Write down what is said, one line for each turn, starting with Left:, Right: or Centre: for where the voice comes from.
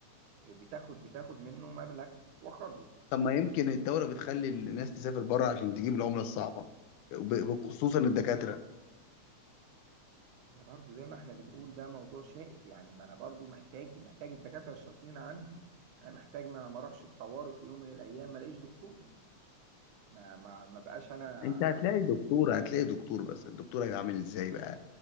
Right: بتاخد بتاخد منه مبلغ وقدره
Left: طب ما يمكن الدولة بتخلي الناس تسافر بره عشان تجيب العملة الصعبة وب- خصوصا الدكاترة
Right: هي برضو زي ما احنا بنقول ده موضوع شائك يعني ما انا برضو محتاج محتاج الدكاترة الشاطرين عندي انا محتاج ما ما اروحش في طوارئ في يوم من الايام ما الاقيش دكتور ما ما ما بقاش انا
Left: انت هتلاقي دكتور هتلاقي دكتور بس الدكتور هيبقى عامل ازاي بقى